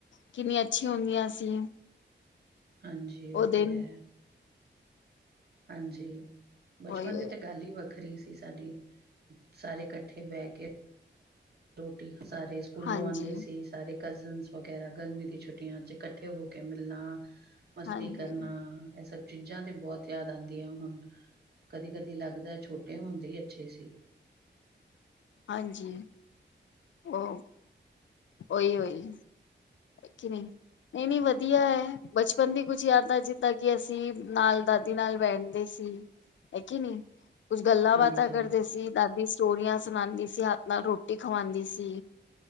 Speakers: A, on the left; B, on the right.
A: ਕਿੰਨੀਆਂ ਅੱਛੀ ਹੁੰਦੀਆਂ ਸੀ।
B: ਹਾਂਜੀ, ਉ
A: ਉਹ ਦਿਨ
B: ਤੇ ਹੈ। ਹਾਂਜੀ, ਬਚਪਨ
A: ਉਹੀ
B: ਦੀ ਤਾਂ ਗੱਲ ਹੀ ਵ ਵੱਖਰੀ ਸੀ ਸਾਡੀ, ਸਾਰੇ ਇਕੱਠੇ ਬੈ ਕੇ ਰੋਟੀ, ਸਾਰੇ ਸਕੂਲੋਂ
A: ਹਾਂਜੀ
B: ਆਉਂਦੇ ਸੀ ਸਾਰੇ ਕਜ਼ਨ ਵਗੈਰਾ, ਗਰਮੀ ਦੀ ਛੁੱਟੀਆਂ ਚ ਇਕੱਠੇ ਹੋ ਕੇ ਮਿਲਣਾ। ਮਸਤੀ
A: ਹਾਂਜੀ
B: ਕਰਨਾ ਐਸਾ ਚੀਜ਼ਾਂ ਤੇ ਬਹੁਤ ਯਾਦ ਆਉਂਦੀਆਂ ਹੁਣ, ਕਦੀ-ਕਦੀ ਲੱਗਦਾ ਛੋਟੇ ਹੁੰਦੇ ਹੀ ਅੱਛੇ ਸੀ।
A: ਹਾਂਜੀ, ਔ ਔਹੀ-ਔਹੀ। ਕਿ ਨਹੀਂ, ਨਹੀਂ-ਨਹੀਂ ਵਧੀਆ ਹੈ ਬਚਪਨ ਦੀ ਕੁਝ ਯਾਦ ਜਿੱਦਾਂ ਕਿ ਅਸੀਂ ਨਾਲ ਦਾਦੀ ਨਾਲ ਬੈਠਦੇ ਸੀ, ਹੈ ਕਿ ਨੀ। ਕੁਝ ਗੱਲਾਂ
B: ਹਾਂਜੀ।
A: ਬਾਤਾਂ ਕਰਦੇ ਸੀ, ਦਾਦੀ ਸਟੋਰੀਆਂ ਸੁਣਾਉਂਦੀ ਸੀ ਹੱਥ ਨਾਲ ਰੋਟੀ ਖਵਾਉਂਦੀ ਸੀ।